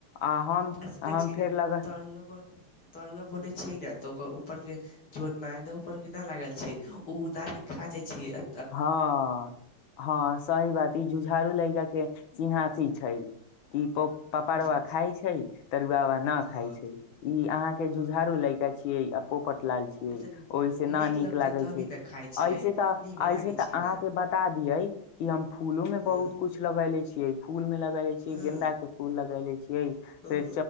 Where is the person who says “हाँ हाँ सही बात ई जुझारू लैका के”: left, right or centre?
Left